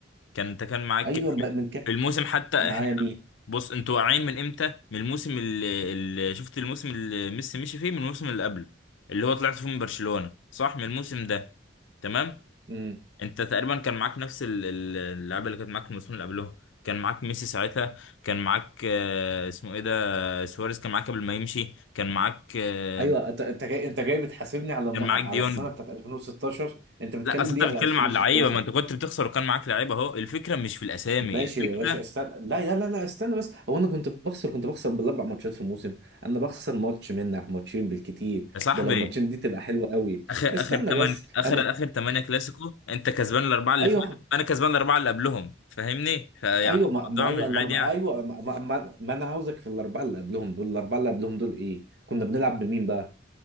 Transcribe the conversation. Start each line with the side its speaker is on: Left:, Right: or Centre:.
Left: كان انت كان معاك
Right: ايوه
Left: في
Right: بقى من كام
Left: في الموسم حتى
Right: معايا
Left: احنا
Right: مين
Left: بص انتوا واقعين من امتى من الموسم اللي, اللي شفت الموسم اللي ميسي مشي فيه من الموسم اللي قبله اللي هو طلعت فيه من برشلونه صح من الموسم ده تمام
Right: امم
Left: انت تقريبا كان معاك نفس ال- ال- اللعيبه اللي كانت معاك الموسم اللي قبله كان معاك ميسي ساعتها كان معاك آه، اسمه ايه ده سواريز كان معاك قبل ما يمشي كان معاك آه،
Right: ايوه انت انت جاي انت جاي بتحاسبني على م...
Left: كان
Right: على
Left: معاك ديونج
Right: السنه بتاعت 2016 انت بتتكلم
Left: لا اصل انت
Right: ليه
Left: بتتكلم
Right: على 2016
Left: على اللعيبه ما انت كنت بتخسر وكان معاك لعيبه اهو الفكره مش في الاسامي
Right: ماشي
Left: الفكره
Right: يا باشا استنى لا لا لا لا استنى بس هو انا كنت بخسر كنت بخسر بالاربع ماتشات في الموسم انا بخسر ماتش منك ماتشين بالكتير
Left: يا صاحبي
Right: ده لو ماتشين دي تبقى حلوه قوي
Left: اخر
Right: استنى
Left: اخر تمن
Right: بس
Left: اخر
Right: انا
Left: اخر تمانية كلاسيكو انت كسبان الاربعه اللي
Right: ايوه
Left: فاتوا انا كسبان الاربعه اللي قبلهم فاهمني فيعني
Right: ايوه ما, ما
Left: الموضوع
Right: ايوه
Left: مش بعيد
Right: الاربعه
Left: يعني
Right: ايوه ما, ما, ما ما انا عاوزك في الاربعه اللي قبلهم دول الاربعه اللي قبلهم دول ايه كنا بنلعب بمين بقى